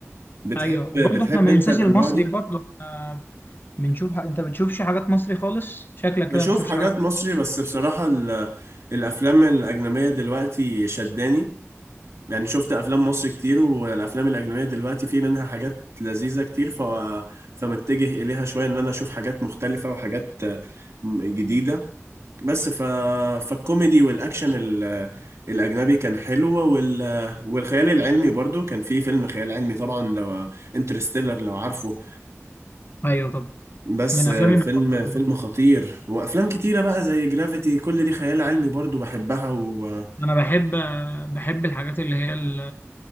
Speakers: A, on the right (about 70°); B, on the left (about 45°).
A: بتحب
B: ايوه
A: بتحب
B: وبرضه احنا ما
A: انت
B: ننساش
A: الانواع
B: المصري
A: دي
B: برضه إحنا بنشوف ح- انت بتشوفش حاجات مصري خالص شكلك
A: بشوف
B: كده ما بتشوفش
A: حاجات
B: حاجات
A: مصري بس بصراحه ال... الافلام الاجنبيه دلوقتي شداني يعني شفت افلام مصر كتير والافلام الاجنبيه دلوقتي في منها حاجات لذيذه كتير ف... فمتجه اليها شويه ان انا اشوف حاجات مختلفه وحاجات آه، م- جديده بس ف... فالكوميدي والاكشن ال... الاجنبي كان حلو وال... والخيال العلمي برضو كان في فيلم خيال علمي طبعا لو انترستيلر لو عارفه
B: ايوه طبعا
A: بس
B: من
A: آه،
B: افلامي
A: فيلم
B: المفضله
A: فيلم خطير وافلام كتيره بقى زي جرافيتي كل دي خيال علمي برضو بحبها و...
B: انا بحب آه، بحب الحاجات اللي هي ال-